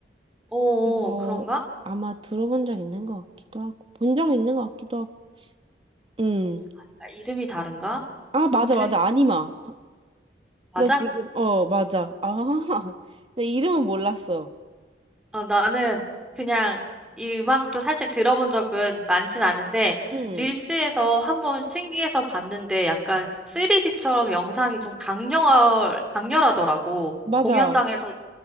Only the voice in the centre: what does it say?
어,
어, 그런가?
아닌가? 이름이 다른가?
아무튼
맞아?
어, 나는 그냥 이 음악도 사실 들어본 적은 많진 않은데
릴스에서 한번 신기해서 봤는데 약간 3D처럼 영상이 좀 강렬 강렬하더라고.
공연장에서